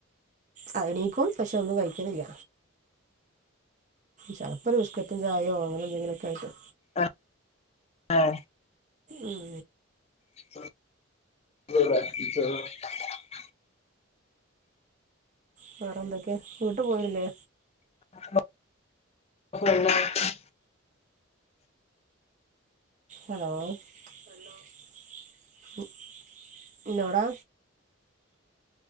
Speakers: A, on the right (about 35°); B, on the left (about 30°).
A: അ എണീക്കും പക്ഷെ ഒന്നും കയിക്കലില്ല ചെലപ്പോ ഒരു ബിസ്ക്കറ്റും ചായോ അങ്ങനെ എന്തെങ്കിലൊക്കെ ആയിട്ട്
B: ആഹ് ആഹ്
A: ഉം
B: <inaudible>
A: വേറെന്തൊക്കെ വീട്ടിപോയില്ലേ
B: ഹലോ <inaudible>
A: ഹലോ <unintelligible> എന്നോടാ